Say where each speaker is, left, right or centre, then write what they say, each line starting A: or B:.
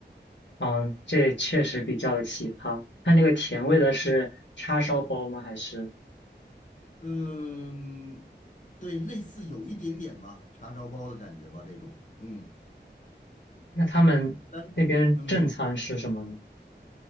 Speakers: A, on the left; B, on the left.
A: 嗯，这确实比较的奇葩。它那个甜味的是叉烧包吗？还是
B: 嗯，对，类似有一点点吧，叉烧包的感觉吧，这种。嗯，
A: 那他们那边正餐吃什么呢？
B: 但是嗯，